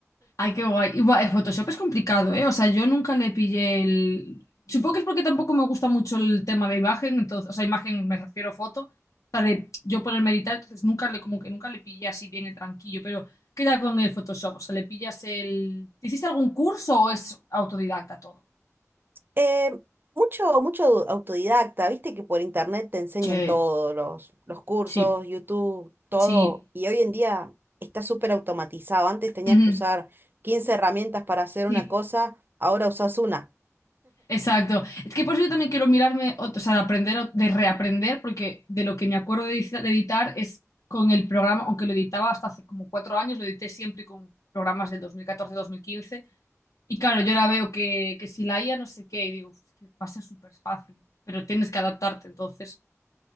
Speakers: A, on the left; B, on the right.
A: Ay, qué guay. Y, buah, el Photoshop es complicado, ¿eh? O sea, yo nunca le pillé el... Supongo que es porque tampoco me gusta mucho el tema de imagen, entonces, o sea, imagen me refiero a foto, o sea, de yo ponerme a editar, entonces nunca le, como que nunca le pillé así bien el tranquillo, pero ¿qué tal con el Photoshop? O sea, ¿le pillas el... ¿Hiciste algún curso o es autodidacta todo?
B: Eh, mucho, mucho au- autodidacta, viste que por internet te enseñan
A: Sí,
B: todos los, los cursos,
A: sí,
B: YouTube, todo,
A: sí.
B: y hoy en día está súper automatizado. Antes tenías
A: Ujú,
B: que usar 15 herramientas para hacer
A: Sí.
B: una cosa, ahora usas una.
A: Exacto. Es que por eso yo también quiero mirarme, ot- o sea, de aprender, o- de reaprender, porque de lo que me acuerdo de, edici- de editar es con el programa, aunque lo editaba hasta hace como cuatro años, lo edité siempre con programas del 2014-2015. Y claro, yo ahora veo que, que si la IA no sé qué, y digo, "Uf, que va a ser súper fácil, pero tienes que adaptarte, entonces,